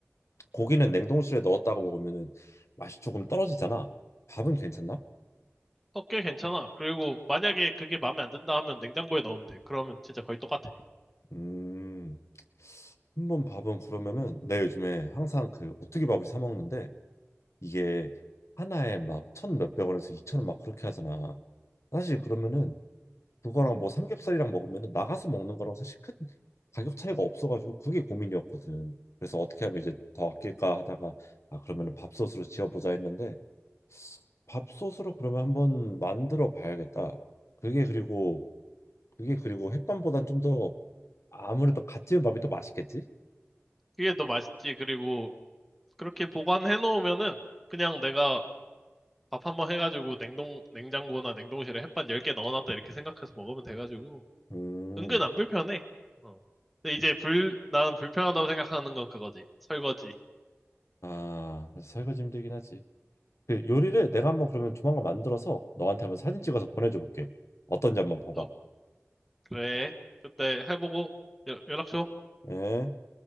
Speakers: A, on the left; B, in the centre.
A: 고기는 냉동실에 넣었다가 먹으면은 맛이 조금 떨어지잖아. 밥은 괜찮나?
B: 어, 꽤 괜찮아. 그리고 만약에 그게 마음에 안 든다 하면 냉장고에 넣으면 돼. 그러면 진짜 거의 똑같아.
A: 음, 한번 밥은 그러면은 내 요즘에 항상 그 오뚜기 밥을 사 먹는데 이게 하나에 막 천 몇백 원에서 이천 원 막 그렇게 하잖아. 사실 그러면은 그거랑 뭐 삼겹살이랑 먹으면 나가서 먹는 거랑 사실 큰 가격 차이가 없어가지고 그게 고민이었거든. 그래서 어떻게 하면 이제 더 아낄까 하다가 아 그러면은 밥솥으로 지어보자 했는데 밥솥으로 그러면 한번 만들어 봐야겠다. 그게 그리고 그게 그리고 햇반보단 좀 더 아무래도 갓 지은 밥이 더 맛있겠지?
B: 그게 더 맛있지. 그리고 그렇게 보관해 놓으면은 그냥 내가 밥 한번 해가지고 냉동, 냉장고나 냉동실에 햇반 10개 넣어놨다 이렇게 생각해서 먹으면 돼가지고
A: 음.
B: 은근 안 불편해. 어. 근데 이제 불, 나는 불편하다고 생각하는 건 그거지. 설거지.
A: 아, 그래서 설거지 힘들긴 하지. 그 요리를 내가 한번 그러면 조만간 만들어서 너한테 한번 사진 찍어서 보내줘 볼게. 어떤지 한번 봐봐.
B: 어, 그래. 그때 해보고 여- 연락 줘.
A: 예.